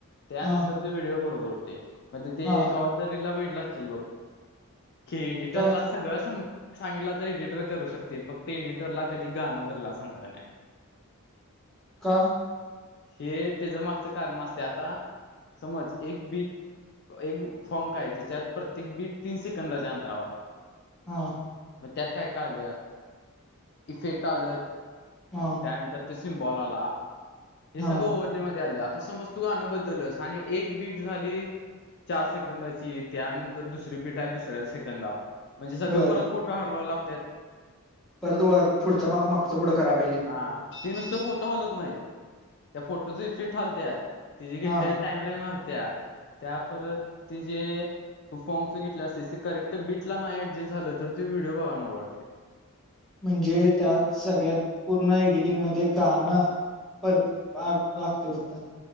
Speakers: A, on the left; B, in the centre.
A: त्यानंतर
B: हा
A: ते व्हिडिओ बरोबर होते मग तिथे
B: हा
A: कवा तरी रिलला बघितला असशील बघ. की एडिटरला
B: का
A: सगळं सांग सांगितलं तर एडिटर करू शकते फक्त एडिटरला कधी गाणं बदला सांगाय नाही.
B: का?
A: हे त्याच्या मागचं कारण असते आता समज, एक बीट. एक फॉक, काय आहे जिच्यात प्रत्येक बीट, तीन सेकंदाच्या अंतरावर आहे.
B: हा.
A: मग त्यात काय काढलं इफेक्ट आलं.
B: हा.
A: त्यानंतर ते सिमबॉल आला हे
B: हा
A: सगळं ओरलीमध्ये आले आता समज तू आणू बद्दल आणि एक बीट झाली. चार सेकंदाची त्यानंतर दुसरी बीट आहे दुसऱ्या सेकंदावर. म्हणजे सगळें
B: बर
A: परत फोटो हालवाव लागत्यातं.
B: परत वर पुढंच माग मागंच पुढं कराय पाहिजे.
A: हा ती नुसत फोटो, हालत नाहीत. त्या फोटोच फिट हालत्यात ति जे घेतलेले.
B: हा
A: टामलाईन हालत्या. त्या परत ते जे तू फॉगच घेतले असते ते करेक्ट बिट. नाही ऍडजस्ट झालं तर ते विडिओ बघायला वाटते.
B: म्हणजे त्यात सगळ्यात पूर्ण एडिटिंग मध्ये गाणं परत- लागते फक्त